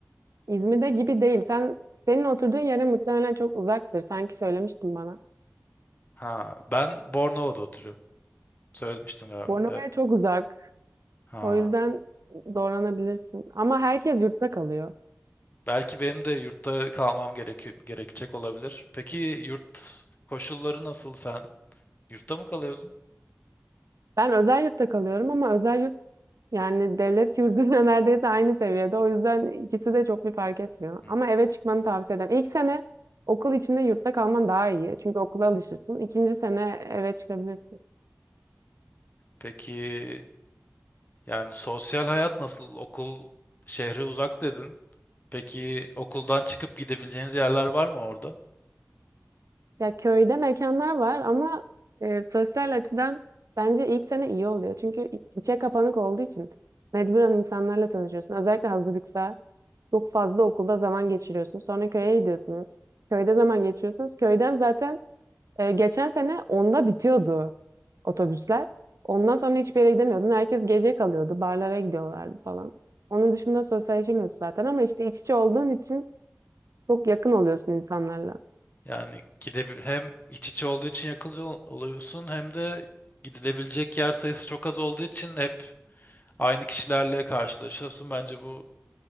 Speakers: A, on the right; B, on the left.
A: İzmir'de gibi değil. Sen senin oturduğun yere muhtemelen çok uzaktır. Sanki söylemiştin bana.
B: Ha, ben Bornova'da oturuyorum. Söylemiştim galiba.
A: Bornova'ya
B: Evet.
A: çok uzak.
B: Ha.
A: O yüzden zorlanabilirsin. Ama herkes yurtta kalıyor.
B: Belki benim de yurtta kalmam gerekiyor, gerekecek olabilir. Peki yurt koşulları nasıl? Sen yurtta mı kalıyordun?
A: Ben özel yurtta kalıyorum ama özel yurt yani devlet yurduyla <laughs> neredeyse aynı seviyede. O yüzden ikisi de çok bir fark etmiyor.
B: Hı.
A: Ama eve çıkmanı tavsiye ederim. İlk sene okul içinde yurtta kalman daha iyi. Çünkü okula alışırsın. İkinci sene eve çıkabilirsin.
B: Peki yani sosyal hayat nasıl? Okul şehre uzak dedin. Peki okuldan çıkıp gidebileceğiniz yerler var mı orada?
A: Ya köyde mekanlar var ama e, sosyal açıdan bence ilk sene iyi oluyor. Çünkü içe kapanık olduğu için mecburen insanlarla tanışıyorsun. Özellikle hazırlıkta çok fazla okulda zaman geçiriyorsun. Sonra köye gidiyorsunuz. Köyde zaman geçiriyorsunuz. Köyden zaten e, geçen sene onda bitiyordu otobüsler. Ondan sonra hiçbir yere gidemiyordun. Herkes gece kalıyordu. Barlara gidiyorlardı falan. Onun dışında sosyalleşemiyorsun zaten ama işte iç içe olduğun için çok yakın oluyorsun insanlarla.
B: Yani gide hem iç içe olduğu için yakılıyor ol- oluyorsun hem de gidilebilecek yer sayısı çok az olduğu için hep aynı kişilerle karşılaşıyorsun. Bence bu